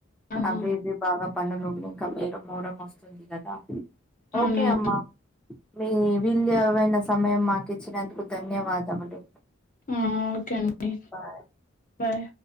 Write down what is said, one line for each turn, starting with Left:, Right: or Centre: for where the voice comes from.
Left: ఆహా
Centre: అవ్వివ్వి బాగా పనులుండి ఇంకా మేర మూరం వస్తుంది కదా
Left: అవునా
Centre: ఓకే అమ్మా మీ విల్యావైన సమయం మాకిచ్చినందుకు ధన్యవాదములు
Left: ఉ ఓకే అండి
Centre: బాయ్
Left: బాయ్